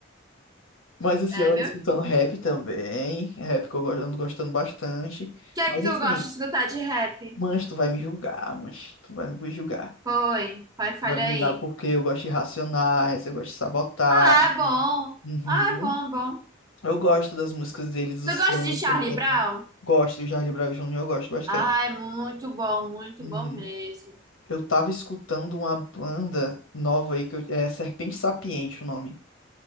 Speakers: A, on the left; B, on the right.
A: Mas assim,
B: É,
A: eu
B: meu.
A: ando escutando
B: O
A: rap também. Rap que eu go- ando gostando bastante.
B: que é
A: Mas
B: que tu
A: assim,
B: gosta de escutar de rap?
A: mas tu vai me julgar, mas Tu vai me julgar.
B: Foi. Vai, falha
A: Vai me
B: aí.
A: julgar porque eu gosto de Racionais, eu gosto de Sabotagem.
B: Ah, é bom.
A: Uhum.
B: Ah, é bom, bom.
A: Eu gosto das músicas deles, dos
B: Tu gosta
A: temas
B: de Charlie
A: que eles cantam.
B: Brown?
A: Gosto, Jorge Bravo Júnior, eu gosto bastante.
B: Ai, muito bom, muito
A: Uhum.
B: bom mesmo.
A: Eu tava escutando uma banda nova aí que eu- é Serpente Sapiente o nome.